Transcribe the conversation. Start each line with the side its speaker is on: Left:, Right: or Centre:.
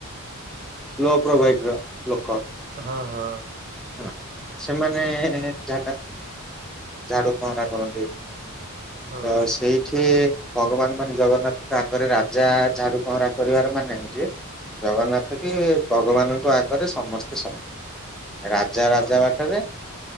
Centre: ଲୋ ପ୍ରୋଭାଇଡ ର ଲୋକ
Right: ହଁ ହଁ
Centre: ହଁ ସେମାନେ ଝା ଝାଡୁ ପହଁରା କରନ୍ତି
Right: ହଁ
Centre: ତ ସେଇଠି ଭଗବାନ ମାନେ ଜଗନ୍ନାଥଙ୍କ ଆଗରେ ରାଜା ଝାଡୁ ପହଁରା କରିବାର ମାନେ ହଉଛି ଜଗନ୍ନାଥ କି ଭଗବାନଙ୍କ ଆଗରେ ସମସ୍ତେ ସମାନ ରାଜା
Right: ହଁ
Centre: ରାଜା ବାଟରେ